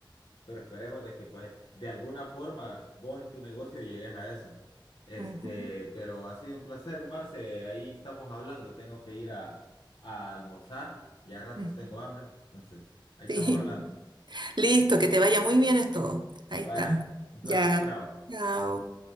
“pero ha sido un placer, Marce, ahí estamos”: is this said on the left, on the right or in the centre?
Left